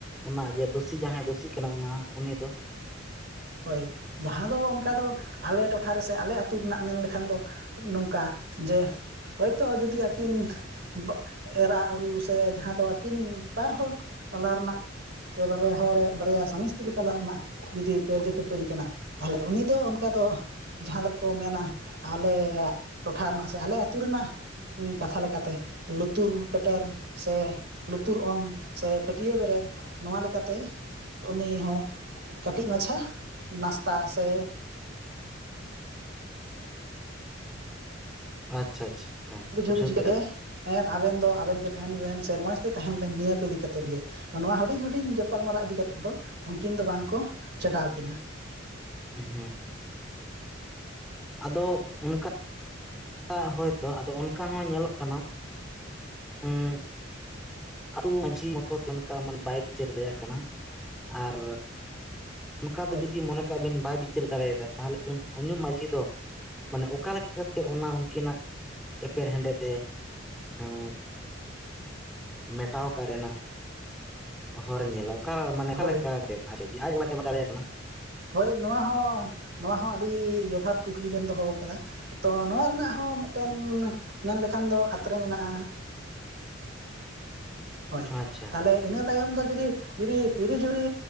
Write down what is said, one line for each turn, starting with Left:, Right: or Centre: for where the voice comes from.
Centre: ᱚᱱᱟ ᱡᱮ ᱫᱩᱥᱤ ᱡᱟᱦᱟᱸᱭ ᱫᱩᱥᱤ ᱠᱟᱱᱟ ᱚᱱᱟ ᱩᱱᱤ ᱫᱚ
Right: ᱦᱳᱭ ᱡᱟᱦᱟᱸ ᱫᱚ ᱚᱱᱠᱟ ᱫᱚ ᱟᱞᱮ ᱴᱚᱴᱷᱟ ᱨᱮᱥᱮ ᱟᱞᱮ ᱟᱹᱛᱩ ᱨᱮᱱᱟᱜ ᱢᱮᱱ ᱞᱮᱠᱷᱟᱱ ᱫᱚ ᱱᱚᱝᱠᱟ ᱡᱮ ᱦᱳᱭᱛᱳ ᱡᱩᱫᱤ ᱟᱹᱠᱤᱱ ᱵᱟᱜ ᱮᱨᱟ ᱩᱨᱩ ᱥᱮ ᱡᱟᱦᱟᱸ ᱫᱚ ᱟᱹᱠᱤᱱ ᱵᱟᱨ ᱦᱚᱲ ᱛᱟᱞᱟ ᱨᱮᱱᱟᱜ ᱥᱮ ᱵᱟᱨᱭᱟ ᱦᱚᱲᱨᱮᱭᱟᱜ ᱵᱟᱨᱭᱟ ᱥᱟᱢᱤᱥᱛᱨᱤ ᱛᱟᱞᱟ ᱨᱮᱱᱟᱜ ᱡᱩᱫᱤ ᱠᱟᱹᱭᱡᱟᱹ ᱠᱷᱟᱹᱯᱟᱹᱨᱤ ᱠᱟᱱᱟ᱾ ᱛᱟᱦᱚᱞᱮ ᱩᱱᱤ ᱫᱚ ᱚᱱᱠᱟ ᱫᱚ ᱡᱟᱦᱟᱸ ᱫᱚᱠᱚ ᱢᱮᱱᱟ ᱟᱞᱮᱭᱟᱜ ᱴᱚᱴᱷᱟ ᱨᱮᱱᱟᱜ ᱥᱮ ᱟᱞᱮ ᱟᱹᱛᱩ ᱨᱮᱱᱟᱜ ᱩᱸ ᱠᱟᱛᱷᱟ ᱞᱮᱠᱟᱛᱮ ᱞᱩᱛᱩᱨ ᱯᱮᱴᱮᱨ ᱥᱮ ᱞᱩᱛᱩᱨ ᱚᱝ ᱥᱮ ᱯᱟᱹᱴᱤᱭᱟᱹ ᱵᱮᱨᱮᱫ ᱱᱚᱣᱟ ᱞᱮᱠᱟᱛᱮ ᱩᱱᱤ ᱦᱚᱸ ᱠᱟᱹᱴᱤᱡ ᱢᱟᱪᱷᱟ ᱱᱟᱥᱛᱟ ᱥᱮ
Centre: ᱟᱪᱪᱷᱟ ᱟᱪᱪᱷᱟ᱾ ᱟᱪᱪᱷᱟ
Right: ᱵᱩᱡᱷᱟᱹ
Centre: ᱵᱩᱡᱷᱟᱹᱣ
Right: ᱵᱩᱡᱷᱷᱤ
Centre: ᱠᱮᱜᱼᱟ
Right: ᱠᱮᱫᱮ
Centre: ᱞᱤᱧ
Right: ᱮᱸᱜ ᱟᱵᱮᱱ ᱫᱚ ᱟᱵᱮᱱ ᱜᱮ ᱛᱟᱦᱮᱱ ᱵᱮᱱ ᱥᱮ ᱢᱚᱡᱽ ᱛᱮ ᱛᱟᱦᱮᱱ ᱵᱮᱱ ᱱᱤᱭᱟᱹ ᱠᱚ ᱤᱫᱤ ᱠᱟᱛᱮᱫ ᱜᱮ᱾ ᱱᱚᱣᱟ ᱦᱩᱰᱤᱧ ᱦᱩᱰᱤᱧ ᱜᱟᱯᱟᱞᱢᱟᱨᱟ ᱤᱫᱤ ᱠᱟᱛᱮᱜ ᱫᱚ ᱩᱱᱠᱤᱱ ᱫᱚ ᱵᱟᱝᱠᱚ ᱪᱟᱰᱟᱣ ᱠᱤᱱᱟ᱾
Centre: ᱦᱮᱸ ᱦᱮᱸ ᱟᱫᱚ ᱚᱱᱠᱟ ᱠᱟᱣᱟᱜ ᱦᱳᱭᱛᱳ ᱟᱫᱚ ᱚᱱᱠᱟ ᱦᱚᱸ ᱧᱮᱞᱚᱜ ᱠᱟᱱᱟ ᱩᱸ ᱟᱛᱩ ᱢᱟᱡᱷᱤ ᱢᱚᱛᱚ ᱛᱮ ᱚᱱᱠᱟ ᱢᱟᱱᱮ ᱵᱟᱭ ᱵᱤᱪᱟᱹᱨ ᱫᱟᱲᱮᱭᱟᱜ ᱠᱟᱱᱟ ᱟᱨ ᱚᱱᱠᱟ
Right: ᱦᱳᱭ
Centre: ᱫᱚ ᱡᱩᱫᱤ ᱢᱚᱱᱮ ᱠᱟᱜ ᱵᱤᱱ ᱵᱟᱭ ᱵᱤᱪᱟᱹᱨ ᱫᱟᱲᱮᱭᱟᱫᱟ ᱛᱟᱦᱚᱞᱮ ᱩᱱ-ᱩᱱᱤ ᱢᱟᱺᱡᱷᱤ ᱫᱚ ᱢᱟᱱᱮ ᱚᱠᱟ ᱞᱮᱠᱟ ᱠᱟᱛᱮ ᱚᱱᱟ ᱩᱱᱠᱤᱱᱟᱜ ᱮᱯᱮᱨ ᱦᱮᱸᱰᱮᱡ ᱮ ᱦᱮᱸ ᱢᱮᱴᱟᱣ ᱠᱟᱜ ᱨᱮᱱᱟᱜ ᱦᱚᱨᱮ ᱧᱮᱞᱟ᱾ ᱚᱠᱟ ᱢᱟᱱᱮ ᱚᱠᱟ
Right: ᱦᱳᱭ
Centre: ᱞᱮᱠᱟᱛᱮᱫ? ᱟᱪᱷᱮ ᱟᱡ <inaudible> ᱫᱟᱲᱮᱭᱟᱜ ᱠᱟᱱᱟ ᱾
Right: ᱦᱳᱭ ᱱᱚᱣᱟ ᱦᱚᱸ ᱱᱚᱣᱟ ᱦᱚᱸ ᱟᱹᱰᱤ ᱡᱚᱛᱷᱟᱛ ᱠᱩᱠᱞᱤ ᱵᱮᱱ ᱫᱚᱦᱚ ᱟᱠᱟᱫᱟ᱾ ᱛᱚ ᱱᱚᱣᱟ ᱨᱮᱱᱟᱜ ᱦᱚᱸ ᱢᱤᱫᱴᱮᱱ ᱢᱮᱱ ᱞᱮᱠᱷᱟᱱ ᱫᱚ ᱟᱛᱨᱮ ᱢᱮᱱᱟᱜᱼᱟ᱾ ᱦᱳᱭ,
Centre: ᱟᱪᱪᱷᱟ
Right: ᱛᱟᱦᱚᱞᱮ ᱤᱱᱟᱹ ᱛᱟᱭᱚᱢ ᱫᱚ ᱡᱩᱫᱤ ᱡᱩᱨᱤ ᱛᱤᱨᱤ ᱡᱩᱨᱤ